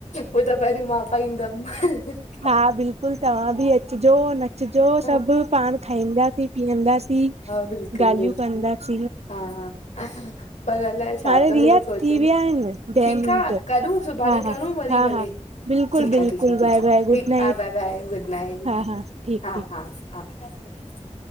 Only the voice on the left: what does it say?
उ त पहिरीं मां पाईंदम --
हा
बिल्कुल
बिल्कुल
-- हा -हा, पर अलाए छा
तो थे,
सोचन
ठीक
आ -- करू सुभाणे
करू वरी
भले,
ठीक
आ, ठीक आ, ठीक
आ,
ठीक
आ, बाए बाए। न
<unintelligible>
हा
हा <unintelligible>